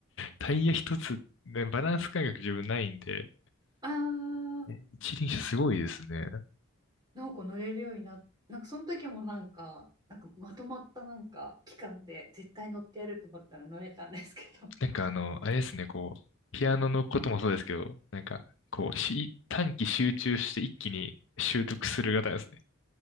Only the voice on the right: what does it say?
あー、
なんか乗れるようになっなんかその時もなんか、なんかまとまったなんか期間で絶対乗ってやると思ったら乗れたんですけど